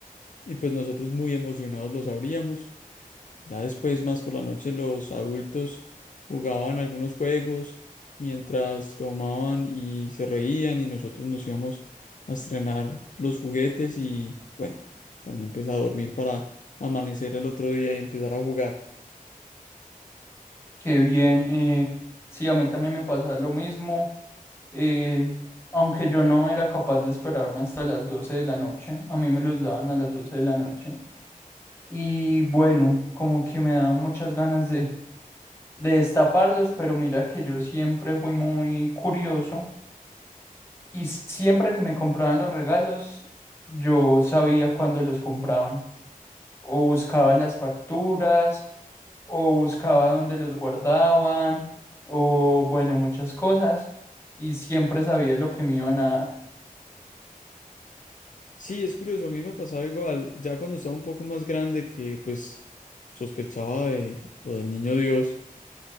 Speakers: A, on the left; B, on the left.
A: y pues nosotros muy emocionados los abríamos. Ya después, más por la noche, los adultos jugaban algunos juegos mientras tomaban y se reían y nosotros nos íbamos a estrenar los juguetes y bueno, también pues a dormir para amanecer el otro día y empezar a jugar.
B: Qué bien. eh, sí, a mí también me pasa lo mismo. eh, aunque yo no era capaz de esperarme hasta las 12 de la noche, a mí me los daban a las 12 de la noche. Y bueno, como que me daban muchas ganas de, de destaparlos, pero mira que yo siempre fui muy curioso y siempre que me compraban los regalos, yo sabía cuándo los compraban. o buscaba las facturas, o buscaba dónde los guardaban, o bueno, muchas cosas, y siempre sabía lo que me iban a dar.
A: Sí, es curioso, a mí me pasaba igual, ya cuando estaba un poco más grande que pues sospechaba de lo del niño Dios